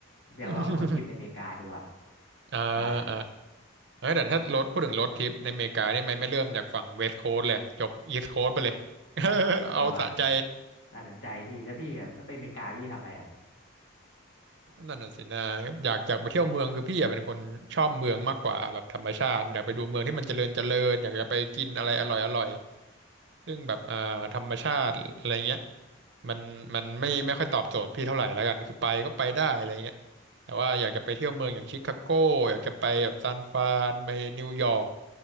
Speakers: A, on the left (about 65°); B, on the right (about 55°).
A: ผมอยากลองรถทริปในอเมริกาดูอ่ะ
B: <laughs> อ่า
A: ได้
B: อ่าเอ้ยแต่ถ้ารถพูดถึงรถทริปในอเมริกานี่ไม่ไม่เริ่มจากฝั่งเวสต์โคสต์เลยจบอีสต์โคสต์ไปเลย <laughs>
A: เออว่ะ
B: เอาสะใจ
A: น่าสนใจพี่แล้วพี่อะถ้าไปอเมริกาพี่จะทำอะไรอ่ะ
B: นั่นน่ะสินะอยากอยากไปเที่ยวเมืองคือพี่อยากเป็นคนชอบเมืองมากกว่าแบบธรรมชาติอยากไปดูเมืองที่มันเจริญเจริญอยากจะไปกินอะไรอร่อยอร่อยซึ่งแบบอ่าธรรมชาติอะไรเงี้ยมันมันไม่ไม่ค่อยตอบโจทย์พี่เท่าไหร่แล้วกันคือไปก็ไปได้อะไรเงี้ยแต่ว่าอยากจะไปเที่ยวเมืองอย่างชิคาโกอยากจะไปแบบซานฟรานไปนิวยอร์ก